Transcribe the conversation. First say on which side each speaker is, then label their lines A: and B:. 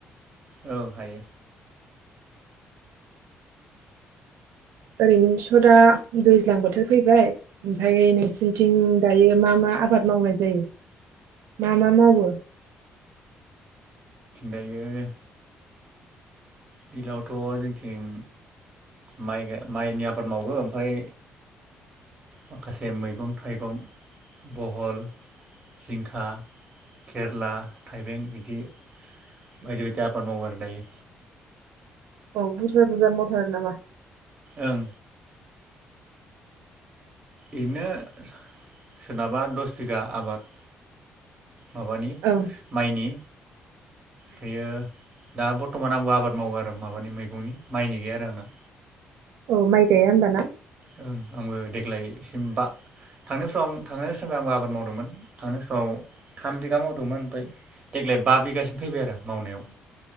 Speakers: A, on the right; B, on the right.
A: औ हायो।
B: ओरैनोस' दा दैज्लां बोथोर फैबाय ओमफ्राय नोंसोरनिथिं दायो मा मा आबाद मावनाय जायो मा मा मावो?
A: दायो दैज्लांवथ' जोंथिं माइ माइनि आबाद मावो ओमफ्राय माखासे मैगं थाइगं बहल जिंखा केरला थाइबें बिदि बायदि बायदि आबाद मावो आरो दायो।
B: औ बुरजा बुरजा मावथारो नामा?
A: ओं एरैनो सोरनाबा दस बिगा आबाद माबानि
B: औ
A: माइनि बियो दा बर्तमान आंबो आबाद मावो आरो माबानि मैगंनि माइनि गैया आरो आंना।
B: औ माइ गाया होमबाना?
A: ओं आंबो देग्लायसिमबा थांनाय बोसोराव आं थांनाय बोसोरनिफ्राय आंबो आबाद मावदोंमोन थांनाय समाव थाम बिगा माव दंमोन ओमफ्राय देग्लाय बा बिघासिम फैबाय आरो मावनायाव।